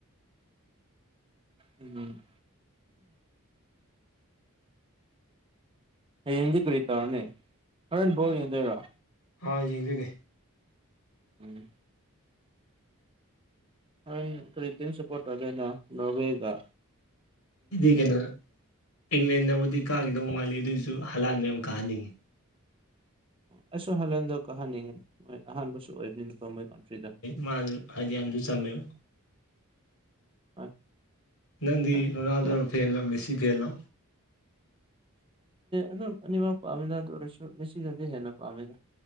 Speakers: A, on the right (about 25°); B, on the left (about 75°).
A: ꯎꯝ ꯍꯌꯦꯡꯗꯤ ꯀꯔꯤ ꯇꯧꯔꯅꯦ ꯍꯔꯦꯟ ꯕꯣꯟ ꯌꯦꯡꯗꯣꯏꯔꯣ
B: ꯑꯥ ꯌꯦꯡꯗꯣꯏꯅꯦ
A: ꯎꯝ ꯍꯣꯔꯦꯟ ꯀꯔꯤ ꯇꯤꯝ ꯁꯥꯄꯣꯔꯠ ꯇꯧꯗꯩꯅꯣ ꯅꯣꯔꯋꯦꯒꯥ
B: ꯏꯗꯤ ꯀꯩꯅꯣꯗꯥ ꯏꯪꯂꯦꯟꯅꯕꯨꯗꯤ ꯀꯥꯒꯤꯗꯧ ꯃꯥꯜꯂꯤ ꯑꯗꯨꯑꯣꯏꯖꯨ ꯍꯂꯥꯟꯗꯣ ꯌꯥꯝ ꯀꯥꯍꯟꯅꯤꯡꯉꯤ
A: ꯑꯩꯁꯨ ꯍꯥꯜꯂꯥꯟꯗꯣ ꯀꯥꯍꯟꯅꯤꯡꯉꯤ ꯃꯣꯏ ꯑꯍꯥꯟꯕꯁꯨ ꯑꯣꯏꯕꯅꯤꯅꯀꯣ ꯃꯣꯏ ꯀꯟꯇ꯭ꯔꯤꯗꯣ
B: ꯃꯥꯖꯨ ꯍꯥꯏꯗꯤ ꯌꯥꯝꯖꯨ ꯆꯝꯃꯦꯕ
A: <unintelligible>
B: ꯅꯪꯗꯤ
A: ꯍꯣꯏ
B: ꯔꯣꯅꯥꯜꯗꯣꯔꯣ
A: ꯌꯥꯝ
B: ꯐꯦꯜꯂꯣ ꯃꯦꯁꯤ ꯐꯦꯜꯂꯣ
A: ꯑꯗꯨꯝ ꯑꯅꯤꯃꯛ ꯄꯥꯝꯃꯤꯗꯥ ꯑꯗꯨ ꯑꯣꯏꯔꯁꯨ ꯃꯁꯤꯅꯥꯗꯤ ꯍꯦꯟꯅ ꯄꯥꯝꯃꯤꯗꯥ